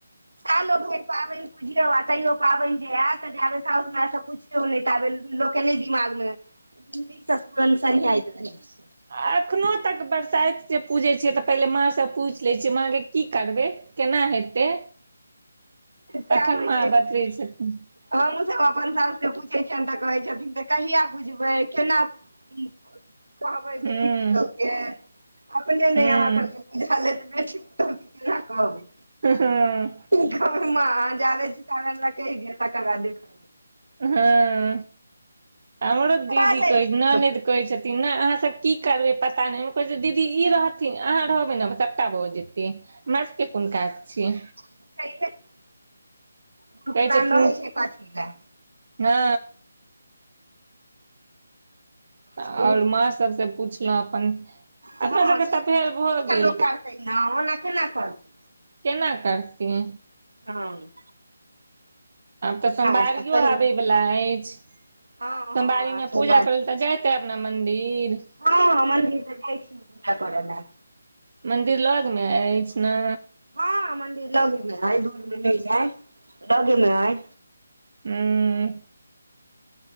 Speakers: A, on the right (about 70°); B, on the right (about 45°).
A: सालो भरि पाबैन पुजियौ आ तैयो पाबैन जे ऐऽत, जाबेत साउस-ननैद स पुछियौ नैय ताबे लोक के नैय दिमाग में नीक स <unintelligible> सन्हियैत रहै छै।
B: अखनो तक बरसाइत जे पूजै छियै, तऽ पहिले माँ सँ पूछि लैत छियै माँ गैऽ की करबै? केना हेतै?
A: सएह
B: तखन
A: होइ
B: मॉं
A: छै
B: बतबै छथिन।
A: हमहूँ सब अपन साउस के पूछै छियैन तऽ कहै छथिन, तऽ कहिया बुझबै केना कि करु? कहबै बेटी
B: हूँ
A: पुतहु के, अपने
B: हूँ
A: ने अहाँ सबके बुझल ऐ त बेटी पुतहुके केना कहबै।
B: ह ह।
A: घरमे अहाँ, जाबे छी ताबे लटकि गेल तकर बाद देखल
B: हं <inaudible> हमरो
A: जेतै बिसरा
B: दीदी
A: जाइ
B: कहै,
A: छै
B: ननदि
A: लोक के
B: कहै छथी न अहाँ सब की करबै पता नै? हम कहै छिअइ दीदी ई रहथिन, अहाँ रहबै न बस सबटा भ जेतै। हमरा सबके कोन काज छै।
A: <unintelligible> कुरकुरान
B: कहै छथिन
A: रहै छै कथी
B: <inaudible>
A: लए
B: हँ आओर
A: छैहे
B: माँ सबसं पुछलौं अपन।
A: हं
B: अपना सबके
A: से
B: तऽ
A: पुइछे
B: फेर भऽ
A: पुछिक
B: गेल
A: लोक करतै न ओना केना करतै?
B: केना करतेै?
A: हँ।
B: आब त सोमवारियो
A: आर सब कहियौ
B: आबै बला अछि। सोमवारीमे
A: हँ हँ आर सब
B: पूजा करै ले त जाइत हैब न मन्दिर?
A: हं मन्दिर त जाइ छी हम, पूजा कर ला।
B: मन्दिर लग मे अछि न।
A: हं मंदिर लगेमे ऐ, दूरमे नै ऐ लगेमे ऐ।
B: उं।